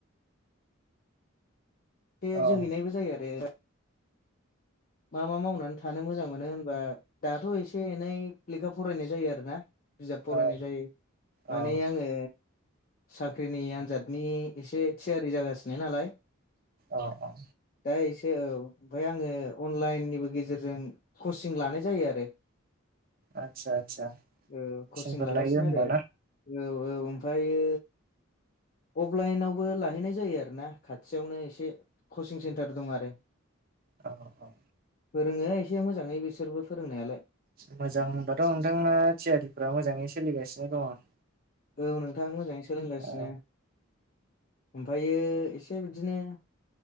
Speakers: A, on the left; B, on the right.
A: एसे
B: औ
A: जोहैनायबो जायो आरो। मा मा मावनानै थानो मोजां मोनो होनबा दाथ' एसे एनै लेखा फरायनाय जायो आरोना। बिजाब फरायनाय
B: औ
A: जायो
B: औ
A: माने आङो साख्रिनि आन्जादनि एसे थियारि जागासिनो नालाय।
B: अ औ
A: दा एसे औ ओमफ्राय आङो अनलाइननिबो गेजेरजों कचिं लानाय जायो आरो।
B: आदसा आदसा
A: ओ
B: कुइसनफोर
A: कचिं लागासिनो
B: लायो होमबा
A: आरो
B: ना
A: औ औ ओमफ्रायो अफलाइनावबो लाहैनाय जायो आरो ना खाथियावनो एसे कचिं सेन्टार दं आरो।
B: औ औ
A: फोरोङो एसे मोजाङै बिसोरबो फोरोंनायालाय
B: मोजां होनबाथ' नोंथांना थियारिफ्रा मोजाङै सोलिगासिनो दङ।
A: औ नोंथां मोजाङै सोलोंगासिनो।
B: औ
A: ओमफ्रायो एसे बिदिनो